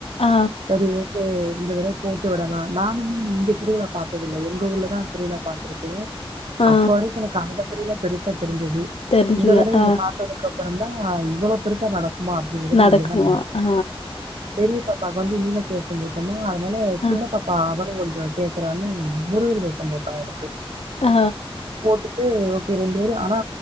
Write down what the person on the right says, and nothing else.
சரி ஓகே இந்த தடவை போட்டு விடலா நானுமே இங்க திருவிழா பாத்ததில்லை எங்க ஊர்ல தா திருவிழா பாப் த்திருக்கே
அப்ப வரைக்கு எனக்கு அங்க திருவிழா பெருசா தெரிஞ்சது
இந்த தடவை இங்க
பாத் ததுக்கு அப்பற தா இவ்வளவு பெருசா நடக்குமா அப்டிங்கிறது
இங்கதா பாத்
பெரிய பாப்பாவுக்கு வந்து மீனாட்சி வேஷம் போட்டோமா அதனால
சின்ன பாப்பா அவளு கொஞ்சோ <unintelligible> இருக்கிறானு முருகரு வேசம் போட்டே அவளுக்கு
போட்டுட்டு ஓகே ரெண்டு பேரு ஆனா